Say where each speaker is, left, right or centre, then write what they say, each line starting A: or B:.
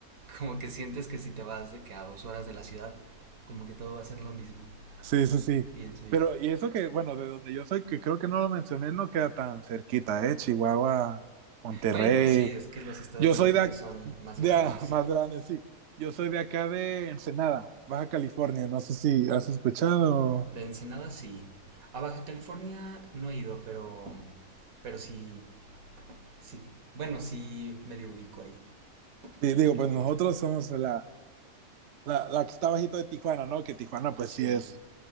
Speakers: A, on the right; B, on the right.
A: como que sientes que si te vas de que a dos horas de la ciudad, como que todo va a ser lo mismo,
B: Sí, sí, sí.
A: pienso yo.
B: Pero, y eso que, bueno, de donde yo soy, que creo que no lo mencioné, no queda tan cerquita, ¿eh? Chihuahua, Monterrey.
A: Bueno, sí, es que los estados
B: Yo
A: del
B: soy
A: norte
B: de, ac-
A: son más
B: de
A: grandes.
B: a- <laughs> más grande, sí. Yo soy de acá de Ensenada, Baja California. No sé si has escuchado.
A: De Ensenada sí. A Baja California no he ido, pero pero sí sí, bueno, sí medio ubico ahí
B: Sí, digo,
A: que la
B: pues
A: cultura.
B: nosotros somos la, la, la que está bajito de Tijuana, ¿no? Que Tijuana, pues
A: Sí.
B: sí es,